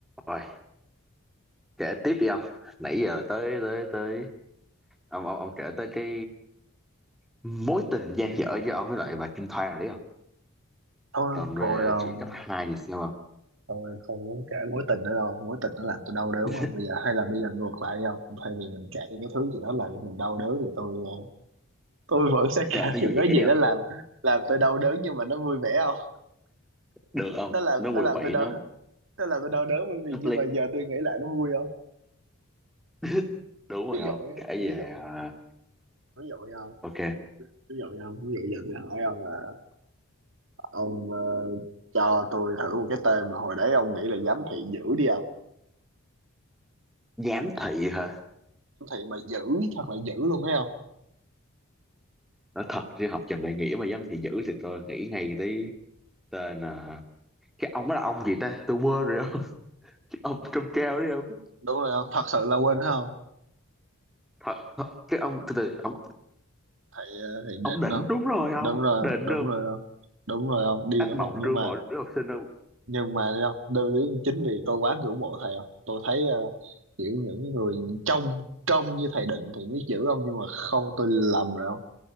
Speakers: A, in the centre; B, on the right.
A: Rồi, kể tiếp đi ông. Nãy giờ tới tới tới ông ông ông kể tới cái mối tình dang dở giữa ông với lại bà Kim Thoa rồi đấy không?
B: Ờ, thôi
A: Còn
B: ờ,
A: về
B: thôi um,
A: chuyện cấp 2 thì sao không?
B: tôi không muốn kể mối tình nữa đâu mối tình nó làm tôi đau đớn
A: <laughs>
B: mà bây giờ hay là bây giờ ngược lại không thay vì mình kể những cái thứ gì đó làm cho mình đau đớn thì tôi uh, tôi vẫn sẽ kể
A: Kể thấy
B: <laughs> những
A: vui vẻ
B: cái gì
A: đi không?
B: đó làm làm tôi đau đớn nhưng mà nó vui vẻ không
A: Được không?
B: nó làm
A: Nó
B: nó
A: quậy
B: làm
A: quậy
B: tôi đau
A: nó
B: nó làm tôi đau đớn bởi vì
A: nó
B: nhưng
A: play.
B: mà giờ tôi nghĩ lại nó vui không
A: <laughs> Đúng rồi
B: ví
A: không?
B: dụ nhá,
A: Kể
B: ví
A: về
B: dụ
A: à,
B: ví dụ nha
A: ok,
B: ví dụ nha ví dụ giờ tôi hỏi ông là ông ờ, cho tôi thử một cái tên mà hồi đấy ông nghĩ là giám thị dữ đi không
A: giám thị hả?
B: giám thị mà dữ thật là dữ luôn thấy không
A: Nói thật chứ học Trần Đại Nghĩa mà giám thị dữ thì tôi nghĩ ngay tới tên à, cái ông đó là ông gì ta? Tôi quên rồi không? <laughs> Ông trông cao đấy không?
B: đúng rồi không thật sự là quên phải không
A: Thật, thật cái ông từ từ ông
B: thầy ờ, thầy định
A: ông đỉnh
B: không
A: đúng rồi ông
B: đúng rồi
A: đỉnh
B: không đúng
A: không
B: rồi không đúng rồi không đi
A: ác
B: đúng
A: mộng
B: không nhưng
A: ru
B: mà
A: mọi đứa học sinh không
B: nhưng mà thấy không đơn lý chính vì tôi quá ngưỡng mộ thầy không tôi thấy uh, kiểu những người trong trong như thầy định thì mới chữ không nhưng mà không tôi lầm rồi không